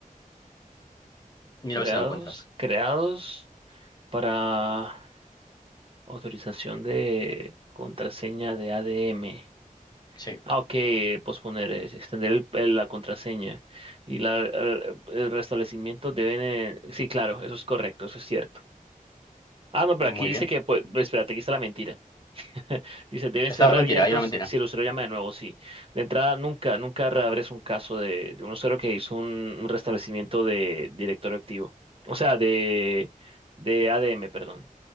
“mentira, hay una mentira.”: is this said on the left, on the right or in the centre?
Left